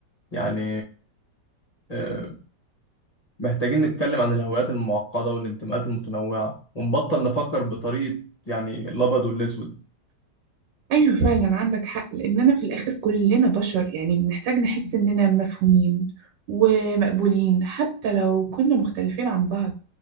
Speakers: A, on the left; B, on the right.
A: يعني آه، محتاجين نتكلم عن الهويات المعقدة والانتماءات المتنوعة ونبطل نفكر بطريقة يعني الأبيض والأسود
B: أيوة فعلا عندك حق لأننا في الآخر كلنا بشر يعني بنحتاج نحس إننا مفهومين ومقبولين حتى لو كنا مختلفين عن بعض